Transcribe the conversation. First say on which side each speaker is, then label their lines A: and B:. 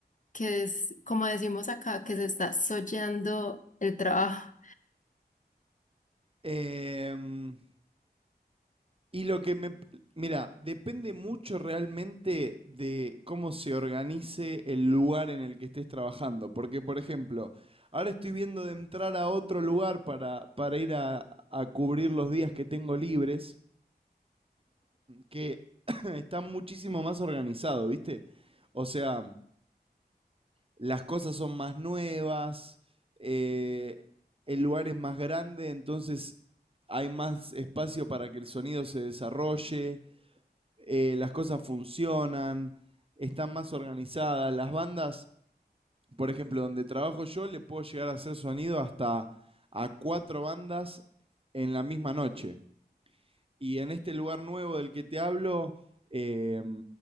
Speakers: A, on the left; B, on the right.
A: que es, como decimos acá, que se está soyando el trabajo.
B: Em, Y lo que me... Mira, depende mucho realmente de cómo se organice el lugar en el que estés trabajando. Porque, por ejemplo, ahora estoy viendo de entrar a otro lugar para, para ir a, a cubrir los días que tengo libres, que <coughs> <clears throat> está muchísimo más organizado, ¿viste? O sea, las cosas son más nuevas, eh, el lugar es más grande, entonces hay más espacio para que el sonido se desarrolle. eh, las cosas funcionan, están más organizadas. Las bandas, por ejemplo, donde trabajo yo, le puedo llegar a hacer sonido hasta a cuatro bandas en la misma noche. Y en este lugar nuevo del que te hablo, eh,